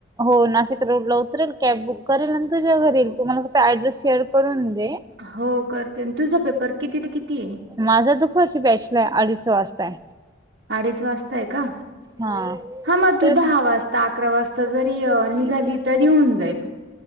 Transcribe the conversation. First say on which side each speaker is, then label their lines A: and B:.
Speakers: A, on the right; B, on the right.
A: हो नाशिक रोडला उतरेल कॅब बुक करेल आणि तुझ्या घरी येल तुम्हाला फक्त ऍड्रेस शेअर करून दे
B: हो करते तुझं पेपर किती ते कितीये
A: माझा तर फर्स्ट बॅचला हाय अडीच वाजताय.
B: अडीच वाजताय हाय का?
A: हा
B: हा मग तु
A: तर
B: दहा वाजता अकरा वाजता. आता जरी निघाली तरी होऊन जाईल.